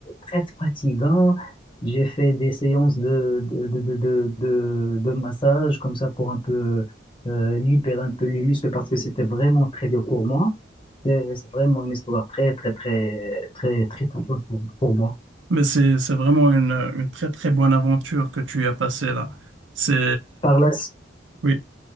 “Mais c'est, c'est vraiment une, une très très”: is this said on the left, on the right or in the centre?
Right